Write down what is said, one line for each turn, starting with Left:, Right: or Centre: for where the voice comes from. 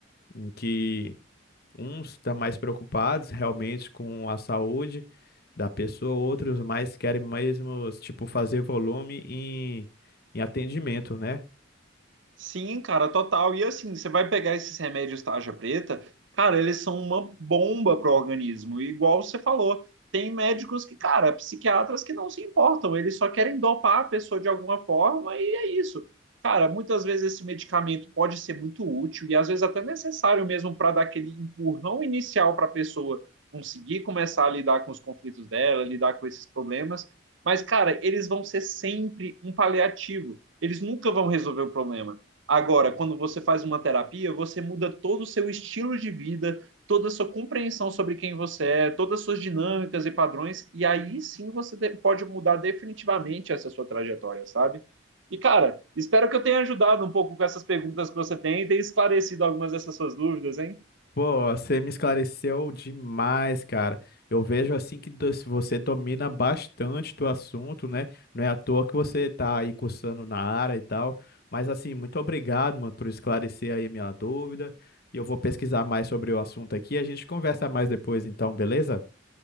Left: em que uns estão mais preocupados realmente com a saúde da pessoa, outros mais querem mesmo, tipo, fazer volume em, em atendimento, né?
Right: Sim, cara, total. E assim, você vai pegar esses remédios tarja preta, cara, eles são uma bomba pro organismo. E igual você falou, tem médicos que, cara, psiquiatras que não se importam, eles só querem dopar a pessoa de alguma forma e é isso. Cara, muitas vezes esse medicamento pode ser muito útil e às vezes até necessário mesmo para dar aquele empurrão inicial para a pessoa conseguir começar a lidar com os conflitos dela, lidar com esses problemas. Mas, cara, eles vão ser sempre um paliativo. Eles nunca vão resolver o problema. Agora, quando você faz uma terapia, você muda todo o seu estilo de vida, toda a sua compreensão sobre quem você é, todas as suas dinâmicas e padrões, e aí sim você pode mudar definitivamente essa sua trajetória, sabe? E, cara, espero que eu tenha ajudado um pouco com essas perguntas que você tem e tenha esclarecido algumas dessas suas dúvidas, hein?
Left: Pô, você me esclareceu demais, cara. Eu vejo assim que do- se você domina bastante do assunto, né? Não é à toa que você tá aí cursando na área e tal. Mas assim, muito obrigado, mano, por esclarecer aí a minha dúvida. E eu vou pesquisar mais sobre o assunto aqui. A gente conversa mais depois, então, beleza?